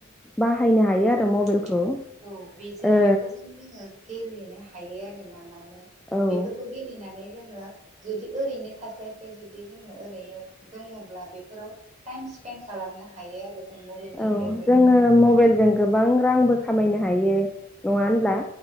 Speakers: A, in the centre; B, on the right.
A: बाहायनो हायो
B: औ
A: आरो मबाइलखौ
B: औ बेजों
A: ओ
B: बेफोरजों जोङो गेलेनो हायो आरो ना मा ने
A: औ
B: बेफोरखौ गेलेनानै जोंङो जुदि ओरोयनो जास्लाय स्लाय जुदि जोंङो ओरोइनो दङब्ला बेफोराव टाइम स्पेन्ड खालामनो हायो आरो जों मबाइलनि
A: औ
B: गेजेरजों
A: जोङो मबाइलजों गोबां रांबो खामायनो हायो। नङा
B: औ
A: होनब्ला?
B: औ